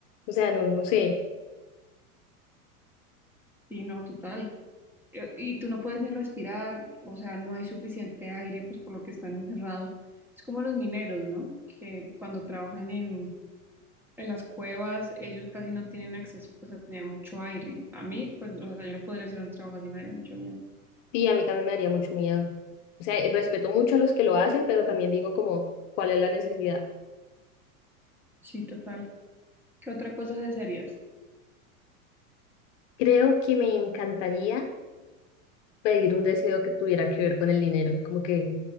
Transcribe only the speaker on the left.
O sea, no, no sé.
Sí, a mí también me daría mucho miedo. O sea, y respeto mucho a los que lo hacen, pero también digo como, ¿cuál es la necesidad?
Creo que me encantaría pedir un deseo que tuviera que ver con el dinero, como que